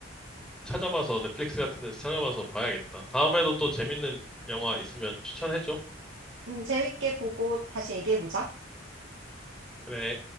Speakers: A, in the centre; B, on the right.
A: 찾아봐서 넷플릭스 같은 데서 찾아봐서 봐야겠다. 다음에도 또 재밌는 영화 있으면 추천해줘.
B: 음, 재밌게 보고 다시 얘기해보자.
A: 그래.